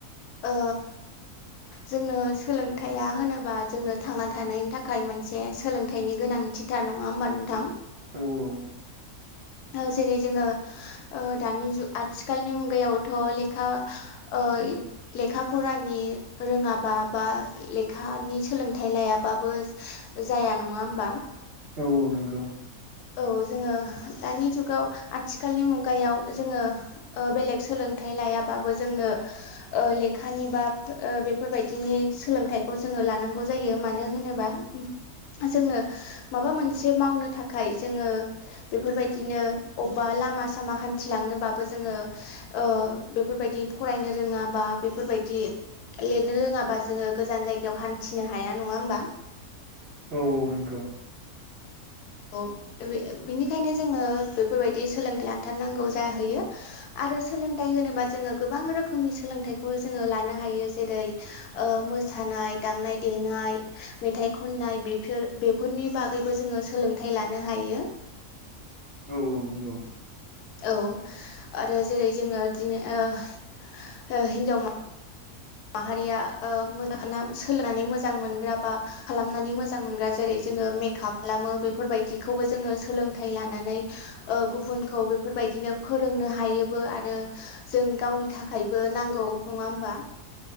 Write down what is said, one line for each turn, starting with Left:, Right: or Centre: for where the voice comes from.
Left: ओ जोंनो सोलोंथाइया होनोबा जोंनो थांना थानायनि थाखाय मोनसे सोलोंथाइनि गोनांथि दा नङा होमबा नोंथां
Right: औ औ
Left: ओ जेरै जोङो ओ दानि जुग आथिखालनि मुगायावथ' लेखा ओ लेखा फरानि रोङाबा बा लेखानि सोलोंथाइ लायाबाबो जाया नङा होमबा
Right: औ औ नंगौ
Left: औ जोङो दानि जुगाव आथिखालनि मुगायाव जोङो ओ बेलेग सोलोंथाइ लायाबाबो जोंनो ओ लेखानि बा ओ बेफोरबायदिनि सोलोंथाइखौ जोङो लानांगौ जायो मानो होनोबा जोंनो माबा मोनसे मावनो थाखाय जोङो बेफोरबायदि बिदिनो अबेबा लामा सामा हान्थिलांनोबाबो जोङो ओ बेफोरबायदि फरायनो रोङाबा बेफोरबायदि लिरनो रोङाबा जोङो गोजान जायगायाव हान्थिनो हाया नङा होमबा
Right: औ औ नंगौ
Left: अ बे बिनिखायनो जोङो बेफोरबायदि सोलोंथाइ लाथारनांगौ जाहैयो आरो सोलोंथाइ होनोबा जोङो गोबां रोखोमनि सोलोंथाइखौ जोङो लानो हायो जेरै ओ मोसानाय दामनाय देनाय मेथाइ खननाय बेफोर बेफोरनि बागैबो जोङो सोलोंथाइ लानो हायो।
Right: औ औ नंगौ
Left: औ आरो जेरै जोङो इदि ओ ओ हिनजाव माहा माहारिया ओ मोजा सोलोंनानै मोजां मोनग्रा बा खालामनानै मोजां मोनग्रा जेरै जोङो मेकआप खालामो बेफोरबायदिखौबो जोङो सोलोंथाइ लानानै ओ गुबुनखौ बेफोरबायदिनो फोरोंनो हायोबो आरो जों गावनि थाखायबो नांगौ नङा होमबा